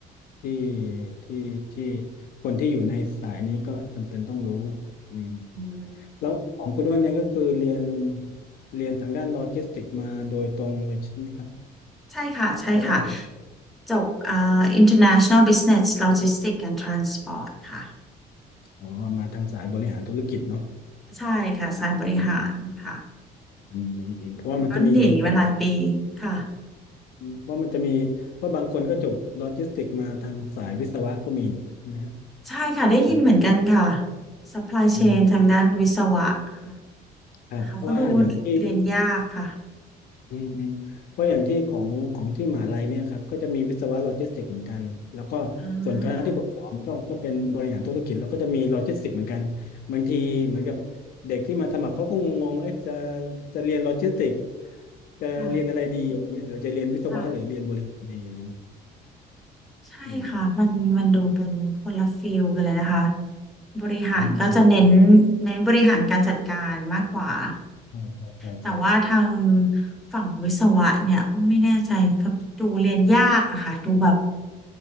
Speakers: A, on the left; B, in the centre.
A: ที่ที่ที่คนที่อยู่ในสายนี้ก็จำเป็นต้องรู้อืม
B: อืม
A: แล้วของคุณด้วนเนี่ยก็คือเรียนเรียนทางด้านโลจิสติกมาโดยตรงเลยใช่ไหมครับ
B: ใช่ค่ะใช่ค่ะ
A: แล้วก็จบ
B: จบอ่า International Business Logistics and Transport ค่ะ
A: อ๋อมาทางสายบริหารธุรกิจเนาะ
B: ใช่ค่ะสายบริหารค่ะ
A: อืมอืมอืมอืมเพราะว่ามันจะมีสอง
B: แต่ก็หนีมาหลายปีค่ะ
A: อืมเพราะมันจะมีว่าะบางคนก็จบโลจิสติกมาทางสายวิศวะก็มีใช่ไหมฮะ
B: ใช่ค่ะได้ยินเหมือนกันค่ะ
A: สาย
B: Supply
A: อืม
B: Chain ทางด้านวิศวะค่ะ
A: ครับเพราะว่าอย่างที่
B: แต่เขาก็ดูเรียนยากค่ะ
A: อืมอืมเพราะอย่างที่ของของที่มหาลัยเนี่ยครับก็จะมีวิศวะโลจิสติกเหมือนกันแล้วก็ส่วนคณะที่ผมสอนก็ก็เป็นบริหารธุรกิจแล้วก็จะมีโลจิสติกเหมือนกัน
B: อ่าค่ะ
A: บางทีเหมือนกับเด็กที่มาสมัครเขาก็งงๆเอ๊ะจะจะเรียนโลจิสติกจะเรียนอะไรดีอะไรเงี้ยเออจะเรียนวิศวะหรือเรียนบริหารดีอะไรเงี้ย
B: ค่ะค่ะใช่ค่ะมันมันดูเป็นคนละฟิลกันเลยนะคะ
A: อืม
B: บริหารก็จะเน้น
A: อืม
B: เน้นบริหารการจัดการมากกว่า
A: ใช่ใช่ใช่ใช่
B: แต่ว่าทางฝั่งวิศวะเนี่ยอ้อมไม่แน่ใจนะครับดูเรียนยากอะค่ะดูแบบ